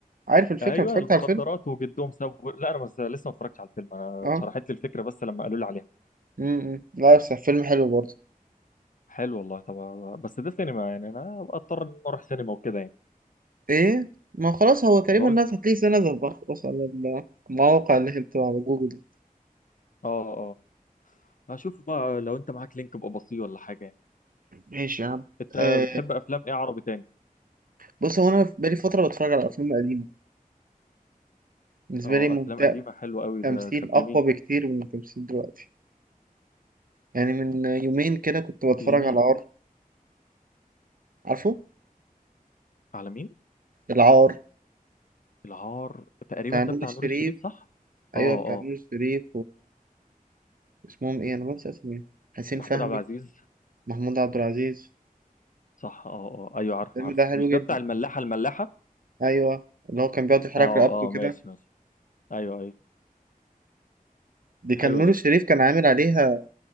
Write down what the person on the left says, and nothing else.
ايوه
المخدرات
وجدهم سابوا لا انا بس لسه ما اتفرجتش على الفيلم انا
اتشرحت لي الفكره بس لما قالوا لي عليها
حلو والله طب بس ده سينما يعني انا أبقى اضطر ان أنا اروح سينما وكده يعني
بقول
اه اه هشوف بقى لو انت معاك لينك ابقى بصيه ولا حاجه يعني.
انت
بتحب افلام ايه عربي تاني
اه
افلام قديمه حلوه قوي
ده طب
لمين
لمين
على مين
العار تقريبا
ده
بتاع
نور الشريف صح
اه
اه
محمود
عبد العزيز
صح اه اه ايوه عارف
عارف
مش
ده بتاع الملاحه الملاحه
اه
اه
ماشي ماشي ايوه ايوه
حلو
ده